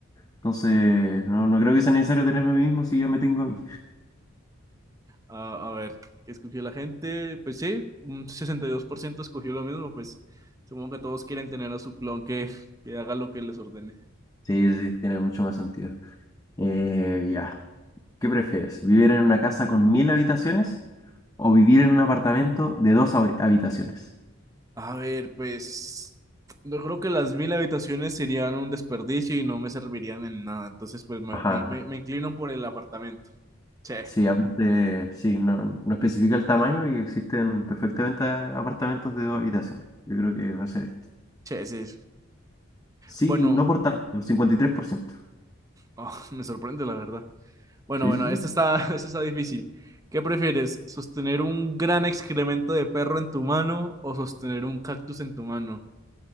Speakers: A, on the left (about 15°); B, on the right (about 15°).
A: Entonces, no, no creo que sea necesario tenerme a mí mismo si ya me tengo a mí.
B: Ah, a ver, ¿qué escogió la gente? Pues sí, un 62% escogió lo mismo, pues supongo que todos quieren tener a su clon que, que haga lo que les ordene.
A: Sí, sí, sí, tiene mucho más sentido. Eh, ya. ¿Qué prefieres? ¿Vivir en una casa con mil habitaciones o vivir en un apartamento de dos habi- habitaciones?
B: A ver, pues yo creo que las mil habitaciones serían un desperdicio y no me servirían en nada, entonces pues me,
A: Ajá.
B: me-
A: ajá.
B: me- me inclino por el apartamento. Che,
A: Sí, aparte, sí, no, no especifica el tamaño y existen perfectamente apartamentos de dos habitaciones. Yo creo que va a ser esto.
B: che, sí.
A: Sí,
B: Bueno,
A: no por tanto, el cincuenta y tres por ciento
B: oh, <laughs> me sorprende la verdad. Bueno,
A: Sí,
B: bueno,
A: sí, sí.
B: esto está, <laughs> esto está difícil. ¿Qué prefieres? ¿Sostener un gran excremento de perro en tu mano o sostener un cactus en tu mano?